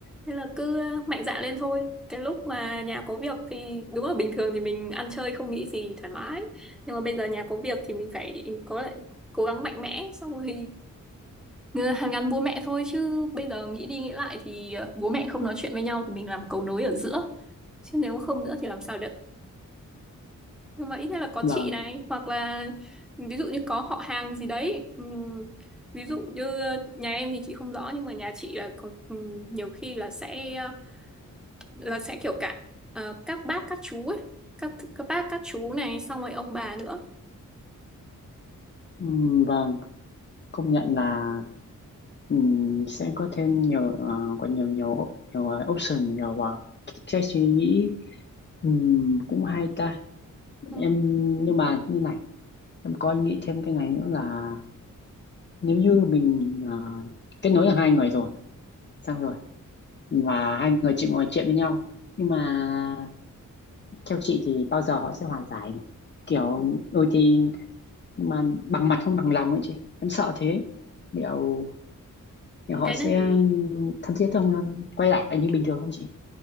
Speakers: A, in the centre; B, on the left (about 35°).
A: nên là cứ mạnh dạn lên thôi cái lúc mà nhà có việc thì đúng là bình thường thì mình ăn chơi không nghĩ gì thoải mái nhưng mà bây giờ nhà có việc thì mình phải có lại cố gắng mạnh mẽ xong rồi hàn gắn bố mẹ thôi chứ bây giờ nghĩ đi nghĩ lại thì ờ, bố mẹ không nói chuyện với nhau thì mình làm cầu nối ở giữa chứ nếu không nữa thì làm sao được nhưng mà ít nhất là có
B: vâng
A: chị này hoặc là ừ, ví dụ như có họ hàng gì đấy Ừm, ví dụ như nhà em thì chị không rõ nhưng mà nhà chị là có, ừm, nhiều khi là sẽ ờ, là sẽ kiểu cả ờ, các bác các chú ấy các các bác các chú này xong rồi ông bà nữa
B: Ừm, vâng công nhận là ừm, sẽ có thêm nhiều ờ, có nhiều nhiều nhiều ờ, option nhiều uh, cái suy nghĩ Ừm, cũng hay ta
A: Ừm,
B: em nhưng mà như này em có nghĩ thêm cái này nữa là nếu như mình ờ, kết nối được hai người rồi xong rồi và hai người chị ngồi chuyện với nhau nhưng mà theo chị thì bao giờ họ sẽ hòa giải nhỉ kiểu đôi khi mà bằng mặt không bằng lòng ấy chị em sợ thế liệu, liệu họ
A: cái
B: sẽ
A: này
B: thân thiết không quay lại như bình thường không chị